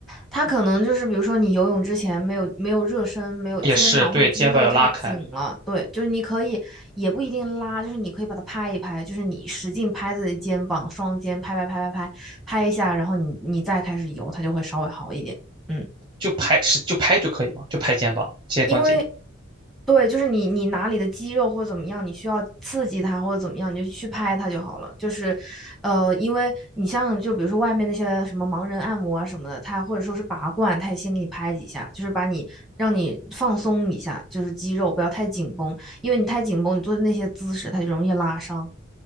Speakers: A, in the centre; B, on the right (about 20°).
A: 它可能就是比如说你游泳之前没有没有热身，没有肩膀或者肌肉太紧了，
B: 也是对肩膀要拉开，
A: 对，就是你可以也不一定拉，就是你可以把它拍一拍，就是你使劲拍自己的肩膀，双肩拍拍拍拍拍拍一下，然后你你再开始游，它就会稍微好一点。嗯。
B: 就拍是就拍就可以嘛，就拍肩膀、肩关节。
A: 因为对，就是你你哪里的肌肉或者怎么样，你需要刺激它或者怎么样，你就去拍它就好了。就是，呃，因为你像就比如说外面那些什么盲人按摩啊什么的，他或者说是拔罐，他也先给你拍几下，就是把你让你放松一下，就是肌肉不要太紧绷，因为你太紧绷，你做的那些姿势它就容易拉伤。